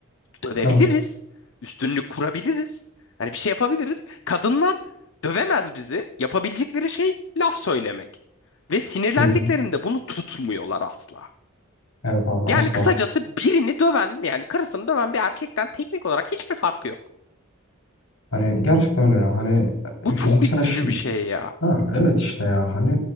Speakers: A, on the left; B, on the left.
A: dövebiliriz.
B: Evet.
A: Üstünlük kurabiliriz. Hani bir şey yapabiliriz. Kadınlar dövemez bizi. Yapabilecekleri şey laf söylemek. Ve sinirlendiklerinde
B: Hı hı.
A: bunu tutmuyorlar asla.
B: Evet abi
A: Yani
B: asla.
A: kısacası birini döven, yani karısını döven bir erkekten teknik olarak hiçbir farkı yok.
B: Hani gerçekten öyle ya. Hani
A: Bu
B: e,
A: çok
B: fiziksel
A: üzücü
B: şey.
A: bir şey ya.
B: Ha evet işte ya. Hani